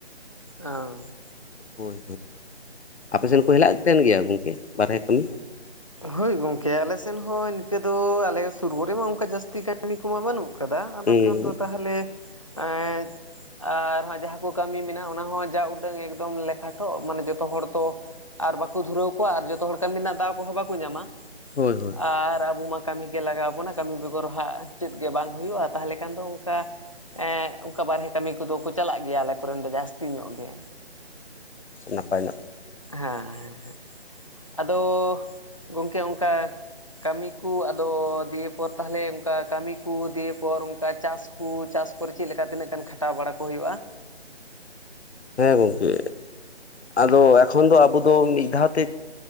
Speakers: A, on the left; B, on the left.
A: ᱚᱸ
B: ᱦᱳᱭ ᱟᱯᱮ
A: ᱚ
B: ᱥᱮᱱ ᱠᱚ ᱦᱮᱞᱟᱜ ᱛᱟᱦᱮᱱ ᱜᱮᱭᱟ ᱜᱚᱢᱠᱮ ᱵᱟᱨᱦᱮ ᱠᱟᱹᱢᱤ?
A: ᱦᱳᱭ ᱜᱚᱝᱠᱮ ᱟᱞᱮᱥᱮᱱ ᱦᱚᱸ ᱤᱱᱠᱟᱹ ᱫᱚ ᱟᱞᱮᱭᱟᱜ ᱥᱩᱨ ᱠᱚᱨᱮᱢᱟ ᱚᱱᱠᱟ ᱡᱟᱥᱥᱛᱤ ᱠᱟᱹᱢᱤ ᱠᱚᱢᱟ ᱵᱟᱹᱱᱩᱜ ᱠᱟᱫᱟ ᱟᱫᱚ
B: ᱦᱮᱸ
A: ᱠᱷᱟᱱ ᱫᱚ ᱛᱟᱦᱚᱞᱮ ᱮᱸ ᱟᱨ ᱦᱟᱸᱜ ᱡᱟᱦᱟᱸ ᱠᱚ ᱠᱟᱹᱢᱤ ᱢᱮᱱᱟᱜ-ᱟ ᱚᱱᱟ ᱦᱚᱸ ᱡᱟ ᱩᱰᱟᱹᱝ ᱮᱠᱫᱚᱢ ᱞᱮᱠᱷᱟᱴᱚᱜ ᱢᱟᱱᱮ ᱡᱚᱛᱚ ᱦᱚᱲ ᱛᱚ ᱟᱨ ᱵᱟᱠᱚ ᱫᱷᱩᱨᱟᱹᱣ ᱠᱚᱣᱟ ᱟᱨ ᱡᱚᱛᱚ ᱦᱚᱲ ᱠᱟᱹᱢᱤ ᱨᱮᱱᱟᱜ ᱫᱟᱣ ᱠᱚᱦᱚᱸ ᱵᱟᱠᱚ ᱧᱟᱢᱟ
B: ᱦᱳᱭ ᱦᱳᱭ
A: ᱟᱨ ᱟᱵᱚ ᱢᱟ ᱠᱟᱹᱢᱤᱜᱮ ᱞᱟᱜᱟᱣ ᱵᱚᱱᱟ ᱠᱟᱹᱢᱤ ᱵᱮᱜᱚᱨ ᱦᱟᱸᱜ ᱪᱮᱫ ᱜᱮ ᱵᱟᱝ ᱦᱩᱭᱩᱜ-ᱟ ᱛᱟᱦᱚᱞᱮ ᱠᱷᱟᱱ ᱫᱚ ᱚᱱᱠᱟ ᱮᱸᱜ ᱚᱱᱠᱟ ᱵᱟᱨᱦᱮ ᱠᱟᱹᱢᱤ ᱠᱚᱫᱚ ᱠᱚ ᱪᱟᱞᱟᱜ ᱜᱮᱭᱟ ᱟᱞᱮ ᱠᱚᱨᱮᱱ ᱫᱚ ᱡᱟᱹᱥᱛᱤ ᱧᱚᱜ ᱜᱮ
B: ᱱᱟᱯᱟᱭ ᱱᱚᱜ
A: ᱦᱮᱸ ᱟᱫᱚ ᱜᱚᱝᱠᱮ ᱚᱱᱠᱟ ᱠᱟᱹᱢᱤ ᱠᱚ ᱟᱫᱚ ᱫᱤᱭᱮ ᱯᱚᱨ ᱛᱟᱦᱚᱞᱮ ᱚᱱᱠᱟ ᱠᱟᱹᱢᱤ ᱠᱚ ᱫᱤᱭᱮ ᱯᱚᱨ ᱚᱱᱠᱟ ᱪᱟᱥ ᱠᱩ ᱪᱟᱥ ᱠᱚᱨᱮ ᱪᱮᱫ ᱞᱮᱠᱟ ᱛᱤᱱᱟᱹᱜ ᱜᱟᱱ ᱠᱷᱟᱴᱟᱣ ᱵᱟᱲᱟ ᱠᱩ ᱦᱩᱭᱩᱜ-ᱟ
B: ᱦᱮᱸ ᱜᱚᱝᱠᱮ ᱟᱫᱚ ᱮᱠᱷᱚᱱ ᱫᱚ ᱟᱵᱚ ᱫᱚ ᱢᱤᱫ ᱫᱷᱟᱣ ᱛᱮ